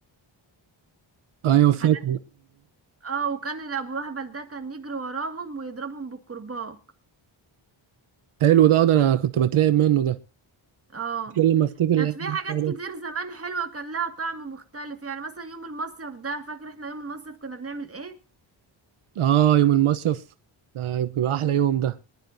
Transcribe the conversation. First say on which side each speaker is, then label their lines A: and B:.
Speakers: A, on the right; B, on the right.
A: ايوه فاكر
B: حاجات اه وكان الأبو أهبل ده كان يجري وراهم ويضربهم بالكرباج
A: حلو ده ده انا كنت بترعب منه ده
B: اه
A: كل ما افتكر الايام
B: كانت في
A: دي
B: حاجات كتير زمان حلوة كان لها طعم مختلف يعني مثلا يوم المصيف ده فاكر احنا يوم المصيف كنا بنعمل ايه
A: اه يوم المصيف ده بيبقى احلى يوم ده